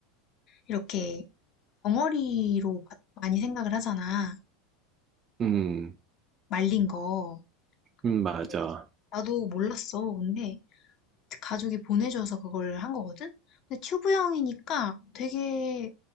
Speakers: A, on the left; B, on the right.
A: 이렇게 덩어리로 마- 많이 생각을 하잖아.
B: 음,
A: 말린 거.
B: 음, 맞아.
A: 근데 나도 몰랐어. 근데 가족이 보내줘서 그걸 한 거거든? 근데 튜브형이니까 되게